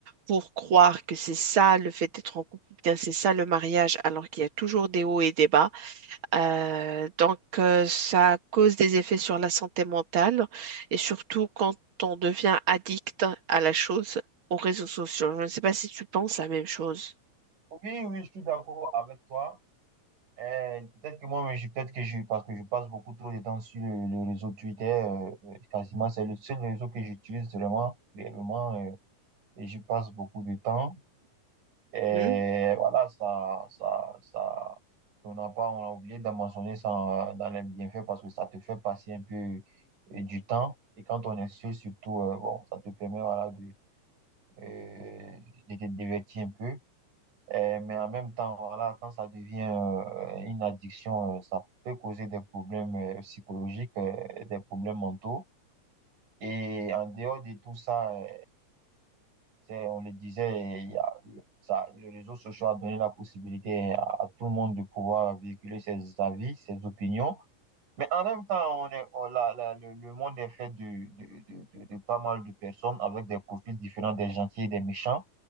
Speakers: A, on the right; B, on the right.
A: pour croire que c'est ça, le fait d'être en couple, bien c'est ça le mariage, alors qu'il y a toujours des hauts et des bas. Euh, donc, euh, ça cause des effets sur la santé mentale et surtout quand on devient addict à la chose, aux réseaux sociaux. Je ne sais pas si tu penses la même chose.
B: Oui, oui, je suis d'accord avec toi. Euh, peut-être que moi, je, peut-être que je, parce que je passe beaucoup trop de temps sur le, le réseau Twitter, euh, euh, quasiment, c'est le seul réseau que j'utilise vraiment, réellement, euh, et j'y passe beaucoup de temps. Et
A: Hmm
B: voilà, ça, ça, ça, on n'a pas, on a oublié d'en mentionner ça euh, dans les bienfaits parce que ça te fait passer un peu euh, du temps. Et quand on est seul, surtout, euh, bon, ça te permet, voilà, de, euh, de te divertir un peu. Euh, mais en même temps, voilà, quand ça devient euh, une addiction, euh, ça peut causer des problèmes euh, psychologiques, euh, des problèmes mentaux. Et en dehors de tout ça, euh, c'est- on le disait, il y a- ça, le réseau social a donné la possibilité à, à tout le monde de pouvoir véhiculer ses avis, ses opinions. Mais en même temps, on est, on- la- la- le, le monde est fait de, de, de, de de pas mal de personnes avec des profils différents, des gentils et des méchants.